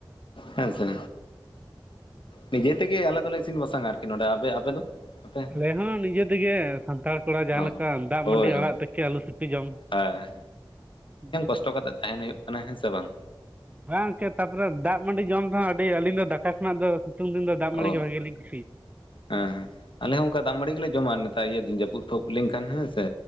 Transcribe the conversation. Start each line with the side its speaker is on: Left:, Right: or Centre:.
Left: ᱦᱮᱸ ᱥᱮ ᱱᱤᱡᱮ ᱛᱮᱜᱮ ᱟᱞᱮ ᱫᱚᱞᱮ ᱤᱥᱤᱱ ᱵᱟᱥᱟᱝᱟ ᱟᱨᱠᱤ ᱱᱚᱰᱮ ᱟᱯᱮ ᱟᱯᱮ ᱫᱚ ᱟᱯᱮ
Right: ᱟᱞᱮ ᱦᱚᱸ ᱱᱤᱡᱮ ᱛᱮᱜᱮ ᱥᱟᱱᱛᱟᱲ ᱠᱚᱲᱟ ᱡᱟᱦᱟᱸ
Left: ᱚ
Right: ᱞᱮᱠᱟ ᱫᱟᱜ ᱢᱟᱺᱰᱤ
Left: ᱦᱳᱭ ᱦᱳᱭ
Right: ᱟᱲᱟᱜ ᱛᱮᱠᱮ ᱟᱞᱩ ᱥᱤᱯᱤ ᱡᱚᱢ
Left: ᱦᱮᱸ
Right: <inaudible>
Left: ᱠᱟᱥᱴᱚ ᱠᱟᱛᱮ ᱛᱟᱦᱮᱱ ᱦᱩᱭᱩᱜᱼᱟ ᱠᱟᱱᱟ ᱦᱮᱸ ᱥᱮ ᱵᱟᱝ
Right: ᱵᱟᱝ ᱠᱮ ᱛᱟᱨᱯᱚᱨᱮ ᱫᱟᱜ ᱢᱟᱺᱰᱤ ᱡᱚᱢ ᱨᱮᱦᱚᱸ ᱟᱹᱰᱤ ᱟᱹᱞᱤᱧ ᱫᱚ ᱫᱟᱠᱟ ᱠᱷᱚᱱᱟᱜ ᱫᱚ ᱥᱤᱛᱩᱝ ᱫᱤᱱ ᱫᱚ ᱫᱟᱜ ᱢᱟᱺᱲᱤ
Left: ᱚ
Right: ᱜᱮ ᱵᱷᱟᱜᱮᱞᱤᱧ ᱠᱩᱥᱤᱭᱟᱜ-ᱟ
Left: ᱦᱮᱸ ᱦᱮᱸ ᱟᱞᱮ ᱦᱚᱸ ᱚᱱᱠᱟ ᱫᱟᱢ ᱢᱲᱤ ᱜᱮᱞᱮ ᱡᱚᱢᱟ ᱱᱮᱛᱟᱨ ᱤᱭᱟᱹ ᱫᱤᱱ ᱡᱟᱹᱯᱩᱫ ᱯᱷᱟᱠ ᱞᱮᱱᱠᱷᱟᱱ ᱦᱮᱸᱥᱮ